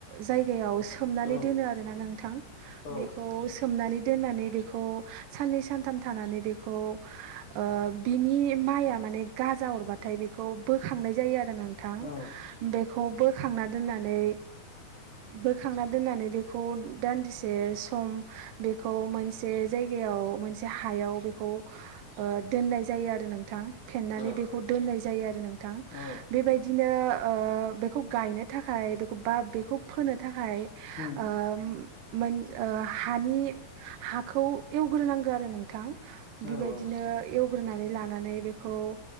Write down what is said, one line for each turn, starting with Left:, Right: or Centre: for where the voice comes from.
Right: जायगायाव सो सोमनानै
Left: औ
Right: दोनो आरोना नोंथां
Left: औ
Right: बेखौ सोमनानै दोननानै बे खौ साननै सानथाम थानानै बेखौ ओ बिनि माइआ गाजा हरबाथाय बेखौ बोखांनाय जायो आरो नोंथां
Left: औ
Right: बेखौ बो बोखांना दोननानै बोखांना दोननानै बेखौ दान्दिसे सम बेखौ मोनसे जायगायाव मोनसे हायाव बेखौ ओ दोननाय जायो आरो नों, थां फेन्नानै
Left: औ
Right: बेखौ दोननाय जायो आरो नोंथां
Left: औ
Right: बेबायदिनो ओ बेखौ गायनो थाखाय बेखौ बा बेखौ फोनो थाखाय
Left: उम
Right: ओ - मोन ओ हानि हाखौ एवग्रोनांगौ आरो नोंथां बेबायदिनो,
Left: औ
Right: ओ एवग्रोनानै लानानै बेखौ